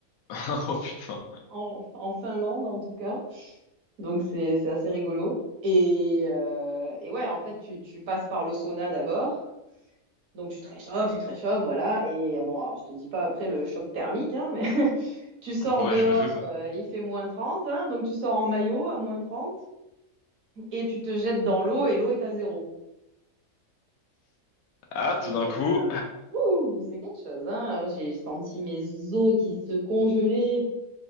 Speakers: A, on the left; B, on the right.
A: <laughs> Oh putain.
B: en, en Finlande en tout cas. Donc c'est c'est assez rigolo. Et, euh, et ouais, en fait, tu, tu passes par le sauna d'abord. Donc tu te réchauffes, tu te réchauffes, voilà. Et bon, alors, je te dis pas après le choc thermique, hein, mais <laughs> tu sors
A: Ouais,
B: dehors,
A: je me doute.
B: euh,
A: ouais.
B: il fait moins 30. hein, donc tu sors en maillot à moins 30. et tu te jettes dans l'eau et l'eau est à zéro.
A: Ah,
B: Et C'est
A: tout d'un coup,
B: euh, ouh, c'est quelque chose, hein. J'ai senti mes os qui se congelaient.